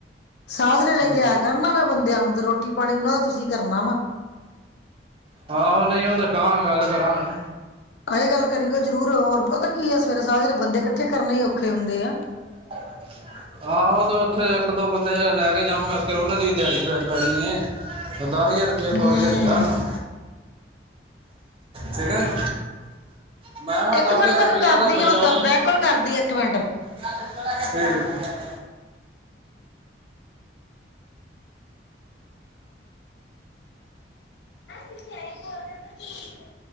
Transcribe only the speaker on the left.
ਸਾਜਰੇ ਲੈ
ਕੇ ਆਇਆ ਕਰਨਾ। ਮੈ ਬੰਦਿਆਂ ਨੂੰ ਤੇ ਰੋਟੀ ਪਾਣੀਨਾਂ ਦਾ ਤੁਸੀ ਕਰਨਾ ਵਾ।
ਆ ਇਹ ਗੱਲ ਕਰੀ ਗਾ ਜ਼ਰੂਰ ਹੋਰ ਪਤਾ ਕੀ ਆ। ਸਵੇਰੇ ਸਾਹ ਸਾਰੇ ਬੰਦੇ ਇਕੱਠੇ ਕਰਨੇ ਹੀ ਔਖੇ ਹੁੰਦੇ ਆ।
ਹੂੰ
ਇੱਕ ਮਿੰਟ
ਤੁਹਾਨੂੰ
ਕਰਦੀ
ਆ
ਮੈਂ
ਬੈਕ ਕਾਲ ਕਰਦੀ ਇਕ -ਮਿੰਟ।
ਤੁਸੀ ਆਏ ਬੋਲ ਰੇਏ।